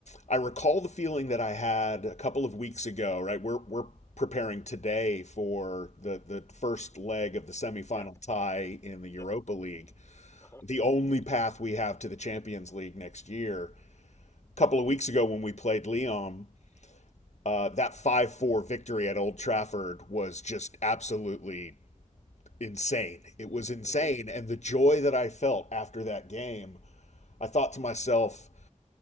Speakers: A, on the left (about 60°); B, on the left (about 20°).
A: I recall the feeling that I had a couple of weeks ago, right? We're we're preparing today for the the first leg of the semifinal
B: yep.
A: tie in the
B: Yep.
A: Europa League,
B: Uh huh.
A: the only path we have to the Champions League next year. A couple of weeks ago when we played Lyon, uh, that 5-4 victory at Old Trafford was just absolutely insane. It was insane
B: <laughs>
A: and the joy that I felt after that game I thought to myself,